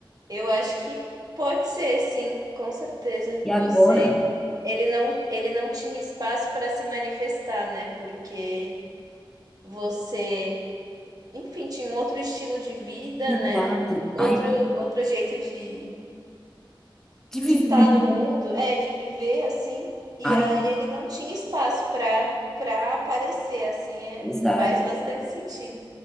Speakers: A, on the right; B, in the centre.
A: Eu acho que pode ser, sim, com certeza.
B: E
A: Você,
B: agora,
A: ele não, ele não tinha espaço para se manifestar, né? Porque você, enfim, tinha um outro estilo de vida,
B: exato.
A: né? Outro,
B: Aí eu
A: outro jeito de
B: tive
A: de
B: vivendo,
A: estar no mundo, é, de viver assim. E
B: aí,
A: aí ele não tinha espaço para para aparecer assim, é,
B: exato,
A: faz bastante sentido.